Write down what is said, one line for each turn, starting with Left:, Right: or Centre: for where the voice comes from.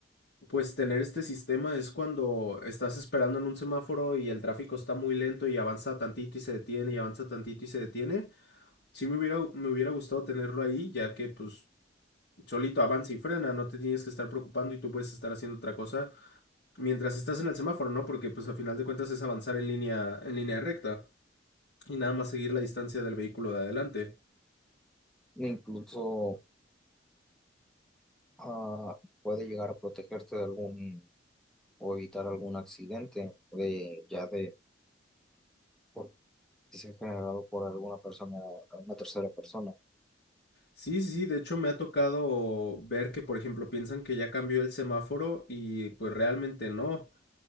Left: Pues tener este sistema es cuando estás esperando en un semáforo y el tráfico está muy lento y avanza tantito y se detiene y avanza tantito y se detiene. Sí me hubiera, me hubiera gustado tenerlo ahí, ya que pues solito avanza y frena, no te tienes que estar preocupando y tú puedes estar haciendo otra cosa mientras estás en el semáforo, ¿no? Porque pues a final de cuentas es avanzar en línea, en línea recta y nada más seguir la distancia del vehículo de adelante.
Centre: Incluso ah, puede llegar a protegerte de algún o evitar algún accidente de, ya de por, que sea generado por alguna persona, una tercera persona.
Left: Sí, sí, sí, de hecho me ha tocado ver que, por ejemplo, piensan que ya cambió el semáforo y pues realmente no.